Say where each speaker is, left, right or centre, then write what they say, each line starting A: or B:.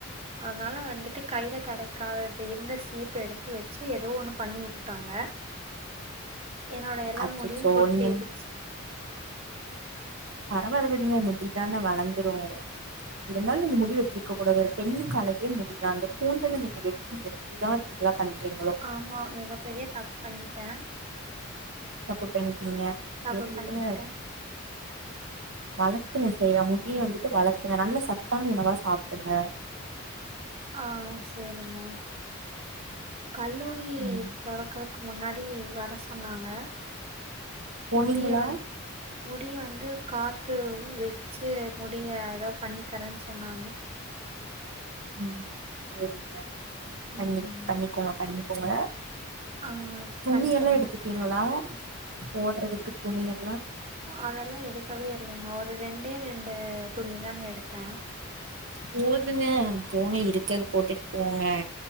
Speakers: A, on the right; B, on the right.
A: அதனால வந்துட்டு கையில் கெடைக்காதது இருந்த சீப் எடுத்து வெச்சு ஏதோ ஒன்னு பண்ணி உட்டாங்க என்னோட எல்லா
B: அச்சச்சோ
A: முடியு கொட்டிடுச்சு
B: நீங்க பரவால விடுங்க முடி தானே வளர்ந்துரு இருந்தாலு நீங்க முடி வெட்டிருக்க கூடாது பெண்ணுக்கு அழகே முடிதா அந்த கூந்தல நீங்க வெட்டி எப்டி தா எல்லா பண்றீங்களோ
A: ஆமா நீங்க பெரிய தப்பண்ட்டே
B: தப்பு பண்ணிட்டீங்க சரி
A: தப்பு
B: விடுங்க
A: பண்ணிட்டேன்.
B: வளத்துங்க சரியா முடிய வந்துட்டு வளர்த்துங்க நல்ல சத்தான உணவா சாப்டுங்க
A: ஆ சேரிங்க கல்லூரி
B: ம்
A: தொடக்கர க்கு முன்னாடி வர சொன்னாங்க
B: போனீங்களா
A: முடிய வந் முடிய வந்து காத்து வெச்சு முடிய எதோ பண்ணி தரேன் சொன்னாங்க
B: ம் சேரிங்க
A: ம்.
B: பண்ணி பண்ணிக்கோங்க பண்ணிக்கோங்க
A: ஆ
B: துணி
A: பண்ணிக்கிறேங்க.
B: எல்லா எடுத்துப்பீங்களா போடுறதுக்கு துணி எல்லா
A: அதல்லா எடுக்கவே இல்லைங்க ஒரு ரெண்டே ரெண்டு துணி தாங்க எடுத்தே
B: போதுங்க போங்க இருக்கத போட்டுட்டு போங்க